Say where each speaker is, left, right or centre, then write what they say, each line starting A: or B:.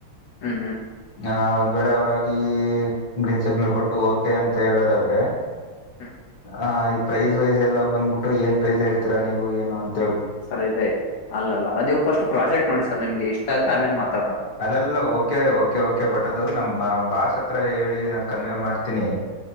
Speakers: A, on the left; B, on the left.
A: ಹ್ಮ್ ಹ್ಮ್
B: ಆ ಒಂದ್ ವೇಳೆ ಅವರಾಗಿ ಗ್ರೀನ್ ಸಿಗ್ನಲ್ ಕೊಟ್ಟು ಓಕೆ ಅಂತ ಹೇಳೋದಾದ್ರೆ
A: ಹ್ಮ್
B: ಹ ಈ ಪ್ರೈಸ್ ವೈಸ್ ಎಲ್ಲ ಬಂದ್ಬಿಟ್ಟು ಏನ್ ಪ್ರೈಸ್ ಹೇಳ್ತೀರ ನೀವು ಏನು ಅಂತ.
A: ಸರಿ ಇ ಅಲ್ಲ ಅಲ್ಲ ಅ ನೀವು ಫಸ್ಟ್ ಪ್ರಾಜೆಕ್ಟ್ ನೋಡಿ ಸರ್ ನಿಮ್ಗೆ ಇಷ್ಟ ಆದ್ರೆ ಆಮೇಲೆ ಮಾತಾಡೋ.
B: ಅಲ್ಲಲ್ಲ ಓಕೆ ಓಕೆ ಓಕೆ ಬಟ್ ಅದು ನಮ್ಮ್ ಬಾಸ್ ಹತ್ರ ಹೇಳಿ ನಾನ್ ಕನ್ವೇ ಮಾಡ್ತೀನಿ